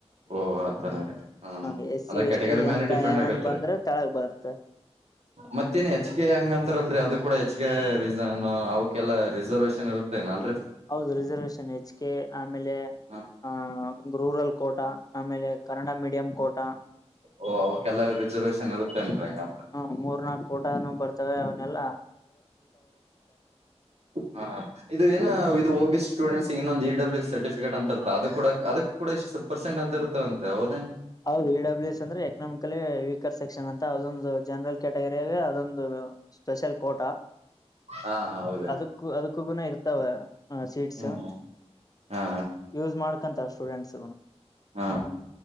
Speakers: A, on the right; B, on the left.
A: ಓ ಆತರ ರೀ ಹ್ಮ
B: ಹ ಎಸ್ಸ
A: ಅದ್ರ ಕ್ಯಾಟಗರಿ
B: ಎಸ್ಟಿ
A: ಮೇಲೆ
B: ಅಂತ
A: ಡಿಪೆಂಡ್
B: ಏನನ್
A: ಆಗತ್ರಿ
B: ಬಂದ್ರೆ ತಳಗ ಬರುತ್ತ
A: ಮತ್ತೇನ್ ಹೆಚ್ಗೆ ಹೆಂಗಂತಾರಲ್ರಿ ಅದು ಕೂಡ ಹೆಚ್ಗೆ ರೀ ಅವಕಲ್ಲಾ ರಿಸರ್ವೇೇಶನ್ ಇರುತ್ತ ಅನಲ್ರಿ
B: ಹೌದು ರಿಸರ್ವೇಶನ್ ಹೆಚ್ ಕೆ ಆಮೇಲೆ
A: ಹ
B: ಆ ರೂರಲ್ ಕೋಟ ಆಮೇಲೆ ಕನ್ನಡ ಮೀಡಿಯಂ ಕೋಟ
A: ಓ ಅವಕ್ಕೆಲ್ಲ ರಿಸರ್ವೇೇಶನ್ ಇರುತ್ತೆನ್ ಹೆಂಗ ಅಂದ್ರ
B: ಹ ಮೂರ್ನಾಾಲ್ಕು ಕೋಟಾನು ಬರ್ತವೆ ಅವನ್ನಲ್ಲ
A: ಹಾ ಇದು ಏನ ಇದು ಒ ಬಿ ಸಿ ಸ್ಟೂಡೆಂಟ್ಸ್ ಇನ್ನೊಂದು ಇ ಬ್ಲ್ಯ ಸರ್ಟಿಫಿಕಟ್ ಅಂತ ಇ ಅದು ಕೂಡ ಅದಕ್ಕೂ ಇಷ್ಟ ಪಾರ್ಸೆಟ್ ಅಂತ ಇತ್ತ ಅಂತ ಹದೇನ್
B: ಹೌದು ಇಡಬ್ಲ್ಯೂ ಎಸ್ ಅಂದ್ರೆ ಎಕನಾಮಿಕಲಿ ವೀಕರ್ ಸೆಕ್ಷನ್ ಅಂತ ಅದೊಂದು ಜನರಲ್ ಕ್ಯಾಟಗರಿಗ ಅದೊಂದು ಸ್ಪೆಷಲ್ ಕೋಟ
A: ಹಾ ಹೌದು
B: ಅದಕ್ಕ ಅದಕ್ಕ ಇ ಇತವೆ ಚೀಟ್ಸ್
A: ಹ್ಮ್ ಹಾ
B: ಯೂಸ್ ಮಾಡ್ಕೊಂತಾರ ಸ್ಟೂಡೆಂಟ್ಸ್
A: ಹಾ